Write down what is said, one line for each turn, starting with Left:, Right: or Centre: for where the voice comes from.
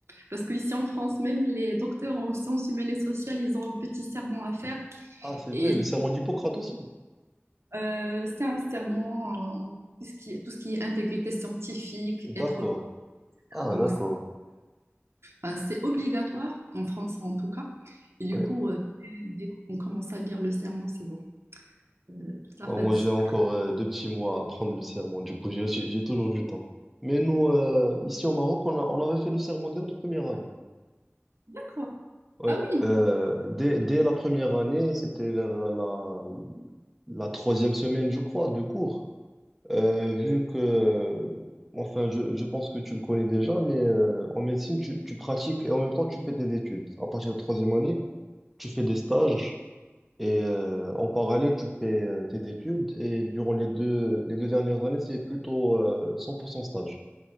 Right: parce qu'ici en France, même les docteurs en sciences humaines et sociales, ils ont un petit serment à faire.
Centre: Ah, c'est
Right: Et
Centre: vrai, le serment d'Hippocrate aussi.
Right: euh, c'est un serment en tout ce qui est, tout ce qui est intégrité scientifique,
Centre: D'accord.
Right: être
Centre: Ah,
Right: honnête, donc
Centre: d'accord.
Right: c'est enfin, c'est obligatoire, en France en tout cas. Et du
Centre: Ouais.
Right: coup, euh, dès, dès qu'on commence à lire le serment, c'est bon. Euh, toute la
Centre: Oh,
Right: fatigue.
Centre: moi, j'ai encore euh, deux petits mois à prendre le serment. Du coup, j'ai j'ai- j'ai toujours du temps. Mais nous, euh, ici au Maroc, on a, on avait fait le serment dès notre première année.
Right: D'accord.
Centre: Ouais.
Right: Ah oui,
Centre: Euh, dès, dès la première année, c'était vers la, la troisième semaine, je crois, de cours. Euh, vu que, enfin, je, je pense que tu le connais déjà, mais euh, en médecine, tu, tu pratiques et en même temps, tu fais tes études. À partir de la troisième année, tu fais des stages. Et euh, en parallèle, tu fais euh, tes études et durant les deux, les deux dernières années, c'est plutôt euh, 100% stage.